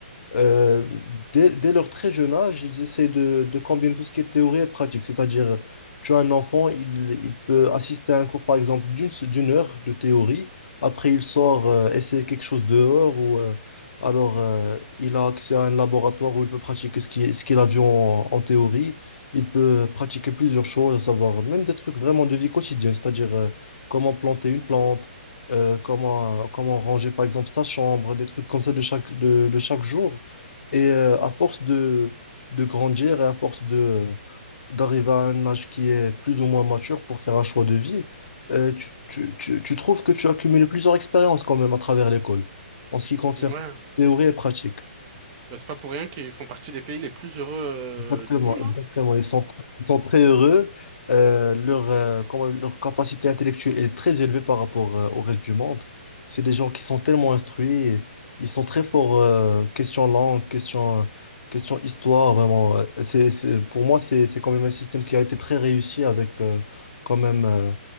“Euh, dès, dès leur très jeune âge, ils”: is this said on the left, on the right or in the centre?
Left